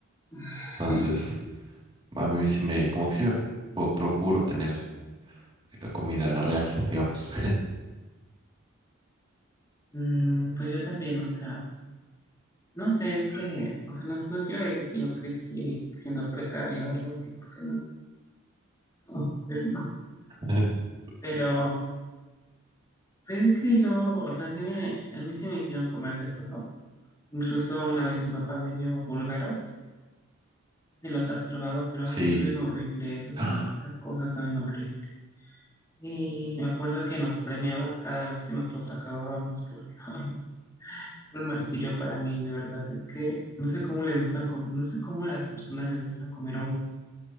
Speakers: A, on the left; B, on the right.
A: <laughs>
B: Entonces, A mí sí me, como que sí me po- procuro tener eh, comida real, digamos.
A: Mm, pues yo también, o sea, No sé, es que, o sea, no, no quiero decir que yo crecí siendo precaria o algo así, porque no, no, pues no.
B: <laughs>
A: Pero, pues es que yo, o sea, sí me, a mí se me hicieron comer de todo. Incluso una vez mi papá me dio búlgaros, no sé si los has probado, pero
B: Sí.
A: ay, no saben horrible, esas,
B: <gasps> ¡Ah!
A: ma- esas cosas saben horrible. Y me acuerdo que nos premiaba cada vez que nos los acabábamos, porque, <laughs> ay, fue un martirio para mí, de verdad, es que no sé cómo les gustan, com- no sé cómo a las personas les gustan comer hongos.